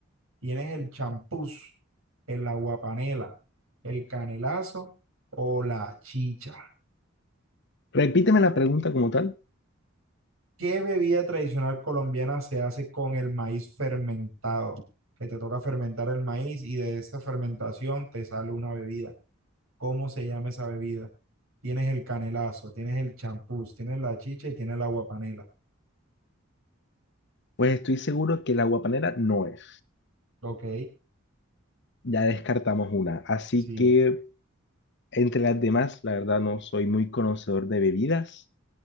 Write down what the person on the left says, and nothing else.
Repíteme la pregunta como tal,
pues estoy seguro que la guapanera no es.
Ya descartamos una, así
que entre las demás, la verdad no soy muy conocedor de bebidas,